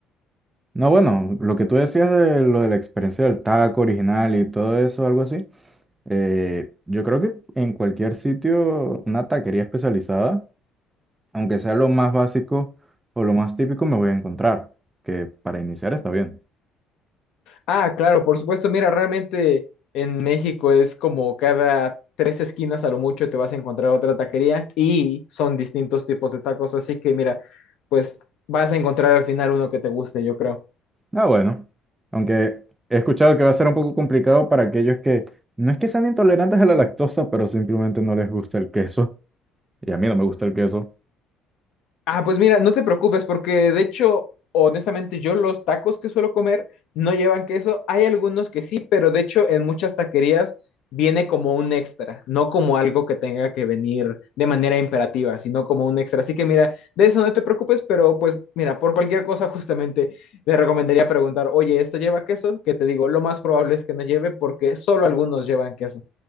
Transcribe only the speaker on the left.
Ah, claro, por supuesto. Mira, realmente en México es como cada tres esquinas a lo mucho te vas a encontrar otra taquería y son distintos tipos de tacos. Así que mira, pues vas a encontrar al final uno que te guste, yo creo.
Ah, pues mira, no te preocupes porque de hecho, honestamente, yo los tacos que suelo comer no llevan queso. Hay algunos que sí, pero de hecho en muchas taquerías viene como un extra, no como algo que tenga que venir de manera imperativa, sino como un extra. Así que mira, de eso no te preocupes, pero pues mira, por cualquier cosa justamente te recomendaría preguntar, oye, ¿esto lleva queso? Que te digo, lo más probable es que no lleve porque solo algunos llevan queso.